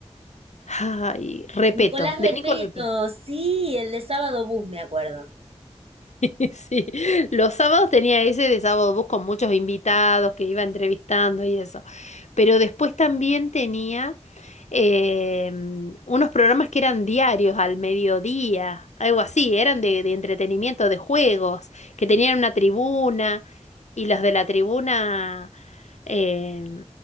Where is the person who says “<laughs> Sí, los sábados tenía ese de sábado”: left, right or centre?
Left